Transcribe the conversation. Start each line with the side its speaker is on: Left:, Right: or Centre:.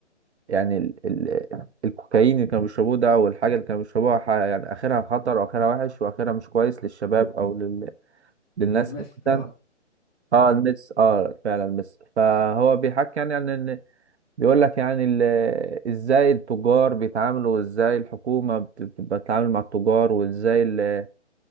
Right: يعني ال ال الكوكايين اللي كانوا بيشربوه ده او الحاجة اللي كانوا بيشربوها ح- يعني اخرها خطر واخرها وحش واخرها مش كويس للشباب او لل للناس
Left: المث اه
Right: عامة اه
Left: اه
Right: المس اه فعلا المس فهو بيحكي يعني عن ان بيقول لك يعني ال- ازاي التجار بيتعاملوا وازاي الحكومة بت- بتتعامل مع التجار وازاي ال